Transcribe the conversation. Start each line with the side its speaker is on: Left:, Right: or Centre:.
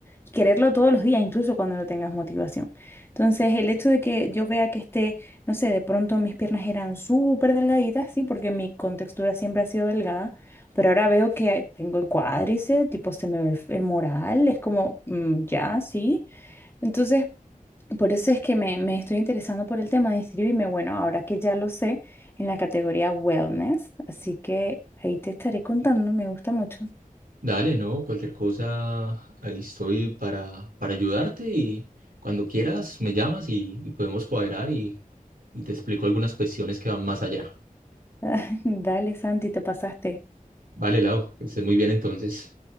Left: y quererlo todos los días, incluso cuando no tengas motivación. Entonces, el hecho de que yo vea que esté no sé, de pronto mis piernas eran súper delgaditas, sí, porque mi contextura siempre ha sido delgada, pero ahora veo que tengo el cuádriceps, tipo se me ve el, el moral, es como, mm, ya, sí. Entonces, por eso es que me, me estoy interesando por el tema de inscribirme, bueno, ahora que ya lo sé, en la categoría wellness, así que ahí te estaré contando, me gusta mucho.
Right: Dale, ¿no? Cualquier cosa, ahí estoy para, para ayudarte y cuando quieras me llamas y, y podemos cuadrar y, y te explico algunas cuestiones que van más allá.
Left: <laughs> Dale, Santi, te pasaste.
Right: Vale, Lau, que estés muy bien entonces.